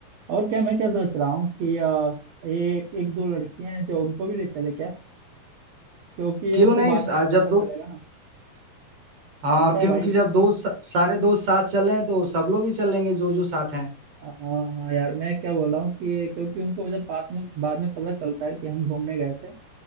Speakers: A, on the right; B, on the right.
A: और क्या मैं क्या सोच रहा हूँ कि आ, एक एक दो लड़कियां हैं जो उनको भी ले चले क्या क्योंकि ये
B: क्यों
A: उनको
B: नहीं
A: बाद में
B: आज
A: तब
B: जब
A: पता
B: दो
A: चलेगा ना
B: हाँ
A: जानता है
B: क्योंकि
A: भाई
B: जब दोस्त सारे दोस्त साथ चल रहे हैं तो सब लोग ही चलेंगे जो जो साथ हैं
A: हाँ हाँ हाँ, यार मैं क्या बोल रहा हूँ कि क्योंकि उनको जब बाद में बाद में पता चलता है कि हम घूमने गए थे